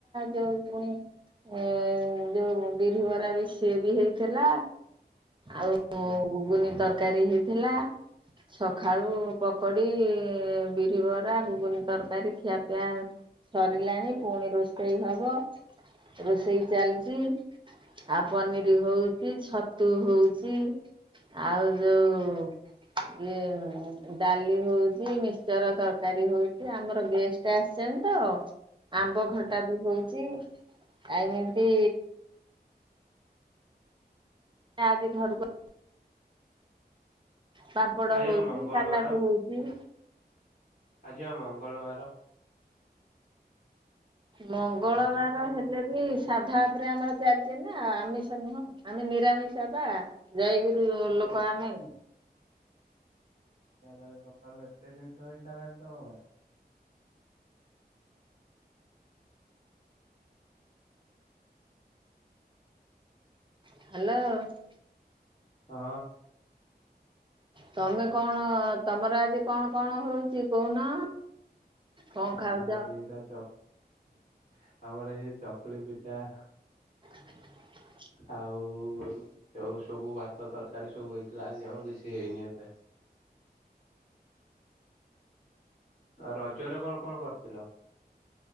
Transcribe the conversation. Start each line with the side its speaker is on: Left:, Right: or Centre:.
Right: ଯୋଉ ପୁଣି ଏ ଯୋଉ ବିରିିବରା ବି ସିଏ ବି ହେଇଥିଲା। ଆଉ
Left: ହୁଁ
Right: ଗୁଗୁନି ତରକାରୀ ହେଇଥିଲା। ସଖାଳୁ ପକଡି, ବିରିବରା, ଗୁଗୁନିତରକାରୀ ଖିଆପିଆ ସରିଲାଣି। ପୁଣି ରୋଷେଇ ହବ। ରୋଷେଇ ଚାଲିଛି। ଆଉ ପନିର ହଉଛି। ଛତୁ ହଉଛି। ଆଉ ଯୋଉ ଇଏ ଡାଲି ହଉଛି, ମିଶ୍ଚର ତରକାରୀ ହଉଛି। ଆମର ଗେଷ୍ଟ ଷ୍ଟେ ଆସିଛନ୍ତି ତ, ଆମ୍ବ ଖଟା ବି ହଉଛି। ଆଉ ଏନ୍ତି ଆଜି ଘରକୁ ପାମ୍ପଡ
Left: ଆଜି
Right: ହଉଛି
Left: ବା ମଙ୍ଗଳବାର
Right: ସାଲାଟୁ ହଉ ହୁଁ।
Left: ଆଜି ବା ମଙ୍ଗଳବାର।
Right: ମଙ୍ଗଳବାର
Left: ଆଇଁଷ ଖାଅ ତମେ
Right: ହେଲେ ବି ସାଧା ଉପରେ ଆମର ଚାଲିଚି ନା। ଆମିଷ ନୁହଁ ଆମେ ନିରାମିଷ। ପା, ଜୟଗୁରୁ ଲୋକ ଆମେ।
Left: ତାହାଲେ ସକାଳୁ ଏତେ ଜିନିଷ ହେଇସାରିଲାଣି ତମ ଘରେ।
Right: ହ୍ୟାଲୋ।
Left: ହଁ।
Right: ତମେ କଣ, ତମର ଆଜି କଣ କଣ ହଉଛି କହୁନ? କଣ
Left: ଆମର
Right: ଖାଉଛ
Left: ଆଜି ହେଇଥିଲା ଚକ ଆମର ଆଜି ଚକୁଳି ପିଠା।
Right: <inaudible>
Left: ଆଉ ଯୋଉ ସବୁ ଭାତ ତରକାରୀ ସବୁ ହେଇଥିଲା ଆଜି ଆମର କିଛି ହେଇନି ଏତେ। ରଜରେ କଣ କଣ କରିଥିଲ?